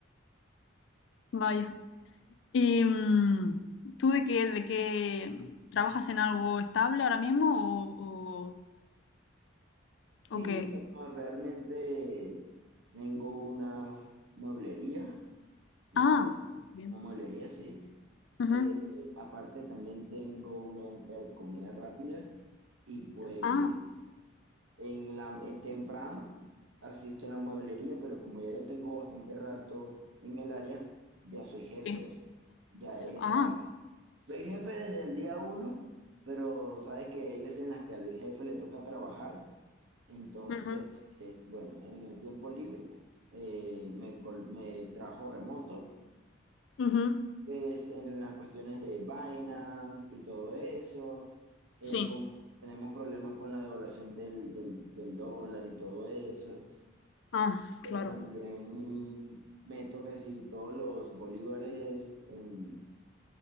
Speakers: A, on the left (about 65°); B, on the right (about 80°).
A: Vaya. ¿Y mm, tú de qué, de qué mm, trabajas en algo estable ahora mismo o, o,
B: Sí,
A: o qué?
B: bueno, realmente tengo una mueblería. una
A: Ah, bien.
B: una mueblería sí.
A: Ujú.
B: Eh, aparte también tengo una venta de comida rápida y pues
A: Ah,
B: en la en temprano asisto a la mueblería, pero como ya yo tengo bastante rato en el área, ya soy jefe,
A: sí.
B: o sea, ya esa,
A: Ah,
B: soy jefe desde el día uno, pero sabes que hay veces en las que al jefe le toca trabajar, entonces,
A: ujú,
B: es- bueno, en el tiempo libre eh, me, col- me trabajo remoto
A: ujú.
B: es en las cuestiones de Binance y todo eso, eh,
A: Sí.
B: como tenemos problemas con la devaluación del, del, del dólar y todo eso,
A: Ah,
B: pues
A: claro.
B: también meto que si todos los bolívares en